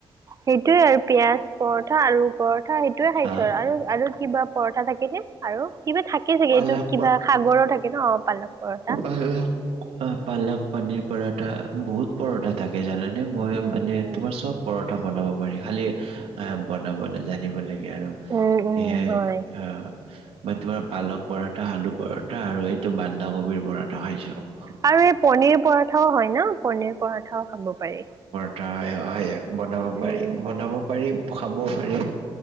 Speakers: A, on the right; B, on the right.
A: সেইটোৱে আৰু পিয়াজ পৰঠা, আলু পৰঠা সেইটোয়ে খাইছো
B: হা
A: আৰু-আৰু কিবা পৰঠা থাকে নে? আৰু কিবা থাকে চাগে
B: পালক
A: এইটো কিবা সাগৰো থাকে ন পালক পৰঠা।
B: পালাক, পানীৰ পৰঠা বহুত পৰঠা থাকে জানানে। এই ময়ো মানে
A: উম
B: মই মানে তোমাৰ চব পৰ পৰঠা বনাব পাৰি খালি বনাবলৈ জানিব লাগে আৰু।
A: উম
B: সেইয়াই
A: হয়
B: আহ মই তোমাৰ পালক পৰঠা, আলু পৰঠা আৰু এইটো বাদ গবীৰ পৰঠা খাইছোঁ।
A: আৰু এই পনিৰ পৰঠাও হয় ন পনিৰ পৰঠাও খাব পাৰি।
B: আহ বনাব পাৰি
A: উম
B: বনাব পাৰি খাবও পাৰি।